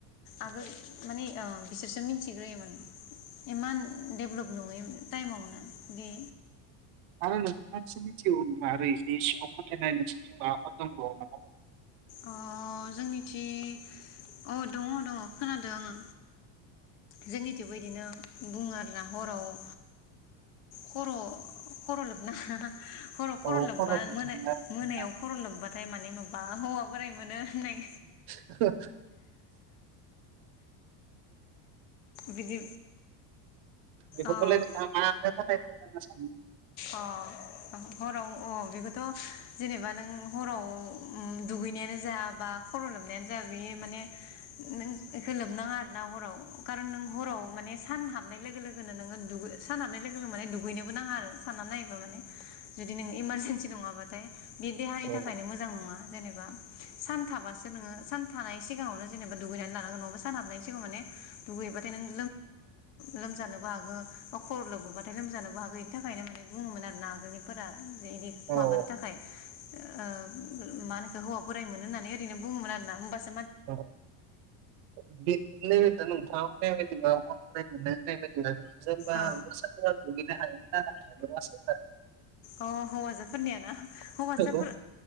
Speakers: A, on the right (about 70°); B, on the left (about 70°).
A: आरो
B: आगोल
A: जोंनोना
B: माने अ बिसोरसो मिथिग्रोयोमोन इमान डेभलप नङै टाइमावनो दि
A: आनन्द मिथिगौ ना ओरै इसि सिखाव फोथायनाय नोंसोरथिं माबाफोर दंबावो नामा
B: अ जोंनिथि अ दङ दङ खोनादों आङो जोंनिथिंबो इदिनो बुङो आरोना हराव ओ खर' खर' लोबनो हाया हराव खर'
A: औ
B: लोब्बा
A: गुदुंना
B: मोन
A: मोनना
B: मोनायाव खर' लोब्बा ओमफ्राय माने माबा हौवा बोराय मोनो होननाय
A: <unintelligible> <inaudible>
B: बिदि
A: बेफोरखौलाय
B: अ
A: नोंथाङा मानो थाखाय <unintelligible>
B: अ हराव अ बेखौथ' जेनेबा नों हराव ओ दुगैनाय। यानो जा बा खर' लोबनायानो जा बियो माने नों बेखौ लोबनाङा आरोना हराव खारन नों हराव माने सान हाबनाय लोगो लोगोनो नोङो सान हाबनाय लोगो लोगो माने दुगैनोबो नाङा आरो। सानना नायोबा माने जुदि नोङो इमारजेेनसि नङाबाथाय। बे देहानि
A: औ
B: थाखायनो मोजां नङा। जेनेबा सानथाबासो नोङो सानथानाय सिगाङावनो जेनेबा दुगैनानै लानांगोन नङाबा सान हाबनायनि सिगाङाव माने दुगैबाथाय नोङो लोमजानोबो हागौ बा खर लोबबोबाथाय लोमजानोबो हागौ बेनि थाखायनो माने। ओमफ्राय बुङोमोन आरो नागोलनिफोरा। इदि
A: औ
B: माबानो थाखाय। ओ मा होनोखो हौवा बोराइ मोनो होननानै ओरैनो बुङोमोन आरोना होमबास।
A: बेै दा नोंथां। <unintelligible> जेनबा हौवासाफोरा
B: औ
A: दुगैनो हायो। <unintelligible>
B: अ हौवासाफोरनियाना हौवसाफोर।
A: औ